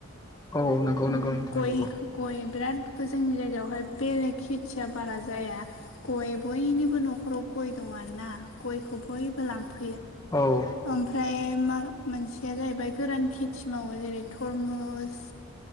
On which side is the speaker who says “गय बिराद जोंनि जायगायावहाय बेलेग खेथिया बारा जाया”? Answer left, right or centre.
Left